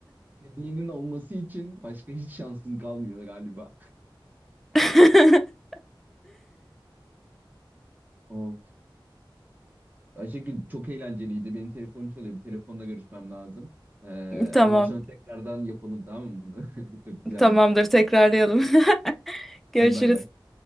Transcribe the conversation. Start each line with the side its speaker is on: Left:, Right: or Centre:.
Right: dinin olması için başka hiç şansın kalmıyor galiba.
Centre: <laughs>
Right: Of. Ayşegül çok eğlenceliydi. Benim telefonum çalıyor. Bir telefonla görüşmem lazım. Ee,
Centre: Tamam,
Right: ondan sonra tekrardan yapalım tamam mı bunu? <laughs> Çok güzelmiş.
Centre: tamamdır tekrarlayalım. <laughs> Görüşürüz.
Right: Hadi bay bay.